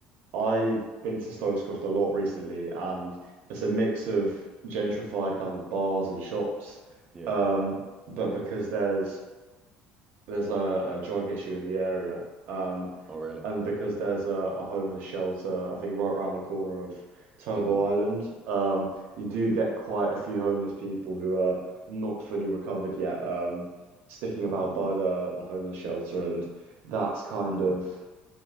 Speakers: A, on the right (about 60°); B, on the right (about 20°).
A: I've been to Stokes Croft a lot recently, and it's a mix of gentrified kind of bars and shops.
B: Yeah.
A: Um, but because there's there's a, a drug issue in the area. Um,
B: Oh, really?
A: and because there's a, a homeless shelter, I think right around the corner of Turbo
B: Mm.
A: Island, um, you do get quite a few homeless people who are not fully recovered yet, um, sticking about
B: Mm.
A: by the, the homeless shelter, and that's kind
B: Mm.
A: of